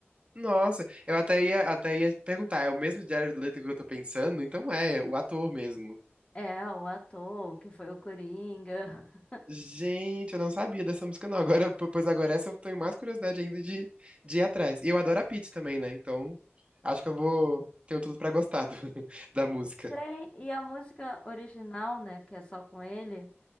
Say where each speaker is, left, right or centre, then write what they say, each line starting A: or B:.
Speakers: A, on the right (about 25°); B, on the left (about 25°).
A: Nossa, eu até ia, até ia perguntar, é o mesmo Jared Leto que eu tô pensando? Então é, o ator mesmo.
B: É, o ator, que foi o Coringa. <laughs>
A: Gente, eu não sabia dessa música, não. Agora, pois agora essa eu tenho mais curiosidade ainda de, de ir atrás. E eu adoro a Pitty também, né? Então, acho que eu vou. Tenho tudo pra gostar do- <laughs> da música.
B: Tem, e a música original, né, que é só com ele.